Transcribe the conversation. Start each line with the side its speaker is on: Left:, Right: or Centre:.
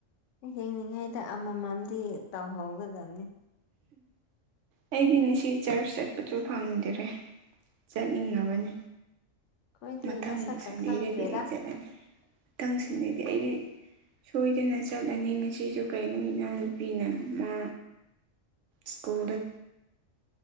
Left: ꯍꯤꯡꯅꯤꯡꯉꯥꯏꯗ ꯑꯃꯃꯝꯗꯤ ꯇꯧꯍꯧꯒꯗꯕꯅꯤ
Right: ꯑꯩꯗꯤ ꯉꯁꯤ ꯆꯔꯆ ꯆꯠꯄꯁꯨ ꯐꯪꯗꯔꯦ ꯆꯠꯅꯤꯡꯉꯕꯅꯤ
Left: ꯑꯩꯈꯣꯏꯗꯤ
Right: ꯃꯊꯪ
Left: ꯃꯁꯛꯀ
Right: ꯁꯟꯗꯦꯗꯗꯤ
Left: ꯈꯪꯗ꯭ꯔꯦꯗ
Right: ꯑꯩ ꯆꯠꯂꯅꯤ ꯃꯊꯪ ꯁꯟꯗꯦꯗꯤ ꯑꯩꯗꯤ ꯁꯣꯏꯗꯅ ꯆꯠꯂꯅꯤ ꯉꯁꯤꯁꯨ ꯀꯩꯅꯣ ꯏꯅꯥꯎꯅꯨꯄꯤꯅ ꯃꯥ ꯁ꯭ꯀꯨꯜꯗ